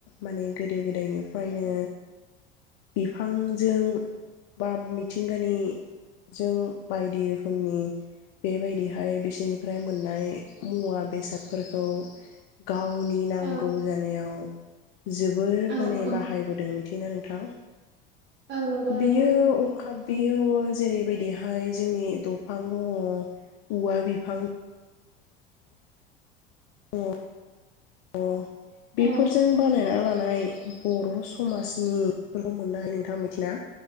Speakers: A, on the left (about 55°); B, on the right (about 35°).
A: माने गोदो गोदायनिफ्राय ओमफ्रायनो बिफांजों बा मिथिंगानिजों बायदि रोखोमनि बेबायदिहाय बिसोरनिफ्राय मोननाय मुवा बेसादफोरखौ गावनि नांगौ
B: औ
A: जानायाव जोबोर
B: औ
A: माने
B: औ
A: बाहायबोदों मिथियोना नोंथां
B: नंगौ नोंथां
A: बियो
B: नंगौ
A: ओंखाम बियो जेरैबायदिहाय बेहाय जोंनि दंफां दङ औवा बिफां औ अ बेफोरजों
B: औ
A: बानायना लानाय नाय बर' समाजनि मोननो हायो नोंथाङा मिथिया